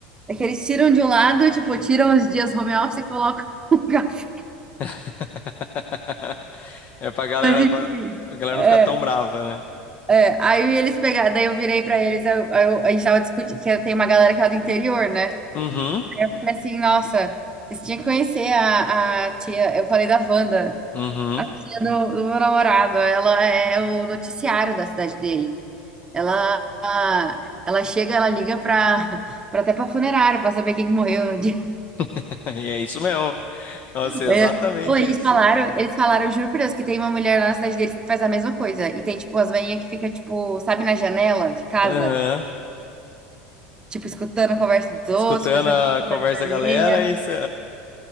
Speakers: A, on the right; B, on the left.
A: É que eles tiram de um lado, tipo, tiram os dias home office e colocam <laughs> o café.
B: <laughs> É pra galera,
A: Mas, enfim,
B: pra, a galera
A: é,
B: não ficar tão brava, né?
A: é. Aí eles pegaram, daí eu virei pra eles, aí eu- aí eu- a gente tava discutindo, que tem uma galera que é do interior, né?
B: Uhum.
A: Falei assim, nossa, vocês tinham que conhecer a, a tia. Eu falei da Wanda,
B: Uhum.
A: a tia do, do meu namorado. Ela é o noticiário da cidade dele. Ela, a- ela chega, ela liga para <laughs> até para funerária para saber quem que morreu no dia.
B: <laughs> E é isso mesmo. Nossa,
A: <laughs>
B: é exatamente
A: É, Ou eles
B: isso.
A: falaram, eles falaram, juro por Deus, que tem uma mulher lá na cidade deles que faz a mesma coisa. E tem, tipo, as velhinhas que fica, tipo, sabe, na janela de casa,
B: Aham.
A: tipo, escutando a conversa dos
B: Escutando
A: outros, prestando
B: a
A: atenção
B: conversa
A: na alheia.
B: da galera, isso.